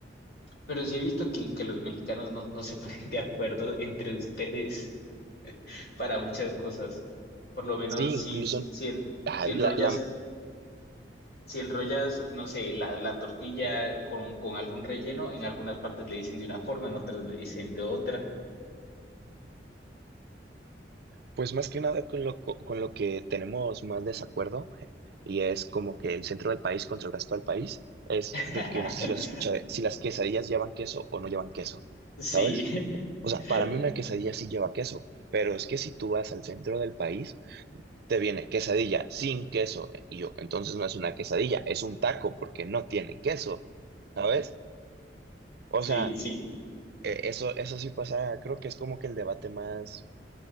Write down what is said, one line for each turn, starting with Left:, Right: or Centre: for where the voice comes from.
Left: pero sí he visto que, que los mexicanos no, no se <laughs> ponen de acuerdo entre ustedes para muchas cosas. Por lo menos
Right: Sí, incluso,
Left: si, si, en-
Right: ay,
Left: si enrollas
Right: la, la-
Left: si enrollas, no sé, la, la tortilla con, con algún relleno, en algunas partes le dicen de una forma, en otras le dicen de otra.
Right: pues más que nada con lo, co- con lo que tenemos más desacuerdo, <laughs> y es como que el centro del país contra el resto del país, es
Left: <laughs>
Right: de que no sé si lo has escuchado, si las quesadillas llevan queso o no llevan queso,
Left: Sí,
Right: ¿sabes? O sea,
Left: <laughs>
Right: para mí una quesadilla sí lleva queso, pero es que si tú vas al centro del país, te viene quesadilla sin queso. eh, Y yo, entonces no es una quesadilla, es un taco porque no tiene queso, ¿sabes? O
Left: sí,
Right: sea,
Left: sí.
Right: e- eso, eso sí pasa, creo que es como que el debate más